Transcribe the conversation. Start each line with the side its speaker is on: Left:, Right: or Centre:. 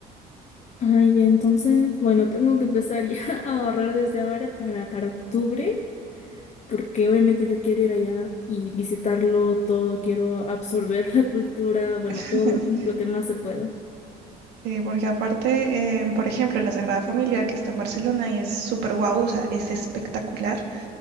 Left: Ay, ya, entonces, bueno, tengo que empezar ya <laughs> a ahorrar desde ahora para, para octubre porque obviamente yo quiero ir allá y visitarlo todo, quiero absorber <laughs> la cultura, bueno,
Right: <laughs>
Left: todo lo, lo que más se pueda.
Right: Sí, porque aparte, eh, por ejemplo, la Sagrada Familia que está en Barcelona y es súper guau, o sea, es espectacular.